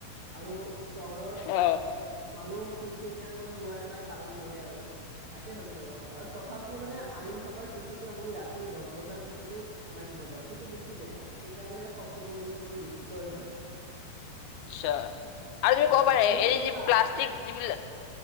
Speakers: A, on the right; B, on the left.
A: আৰু চহৰৰ
B: অ
A: মানুহ খিঙ-খিঙীয়াকৈ হোৱাৰ এটা কাৰণ এয়ে আৰু। তাকে ভাবিছোঁ আৰু। তথাপি মানে আইন থকাৰ পিছতো আমি ৰাতি দহ বজাৰ পিছতো মাইক বজাওঁ, সেইটো বেছি বেয়া। সেইকাৰণে শব্দ প্ৰদূ্ষণটো বেছিকৈ হয়।
B: আচ্ছা। আৰু তুমি
A: অ
B: ক'ব পাৰা
A: তোমাৰ
B: এই
A: কোনোবা
B: যে প্লাষ্টষ্টিক যিবিলাক,